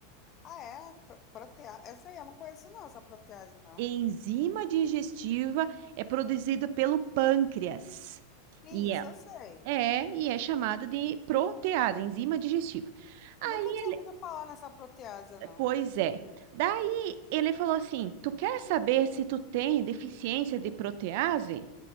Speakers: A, on the left; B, on the right.
A: Ah, é? Pro- Protea... Essa aí eu não conheço, não, essa protease, não.
B: Enzima digestiva é produzida pelo pâncreas.
A: Sim,
B: E
A: isso eu sei.
B: É, e é chamada de protease, enzima digestiva. Aí,
A: Nunca tinha ouvido falar nessa protease, não.
B: pois é. Daí ele falou assim: Tu quer saber se tu tem deficiência de protease?